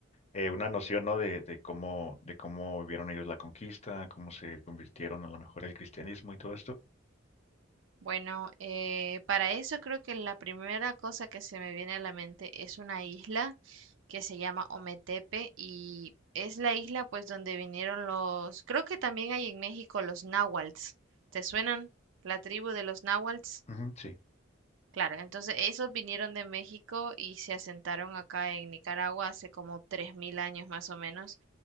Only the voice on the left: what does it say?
eh, una noción, ¿no? De, de cómo, de cómo vivieron ellos la conquista, cómo se convirtieron a lo mejor al cristianismo y todo esto.
Ujú, sí.